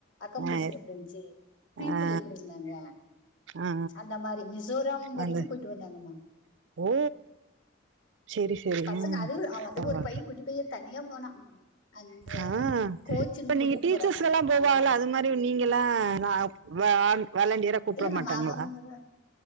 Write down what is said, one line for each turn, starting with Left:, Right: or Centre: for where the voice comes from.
Left: அகமன்டேஷன்
Right: ஆ ஆ
Left: எப்டி இர்ந்துச்சு பீப்பிள்
Right: ஆ
Left: எப்படி இருந்தாங்க
Right: ஆ
Left: அந்த மாரி மிசோராம் வரிக்கு
Right: அந்த
Left: போய்ட்டு வந்தாங்கம்மா
Right: ஓ செரி செரி
Left: பசங்க
Right: ம்
Left: அதுவு அதுக்கு
Right: ஆவா
Left: ஒரு பைய குட்டி பைய தனியா போனா மேம் அந்த
Right: ஆ
Left: கோச்சிங்
Right: இப்ப
Left: கூட்டிட்டு
Right: நீங்க டீச்சர்ஸ்
Left: போறாங்க
Right: எல்லா போவால
Left: அந்த
Right: அது மாரி நீங்கெல்லா அ வா வாலண்டியரா கூப்ட
Left: இல்ல மேம்
Right: மாட்டாங்களா
Left: அவங்க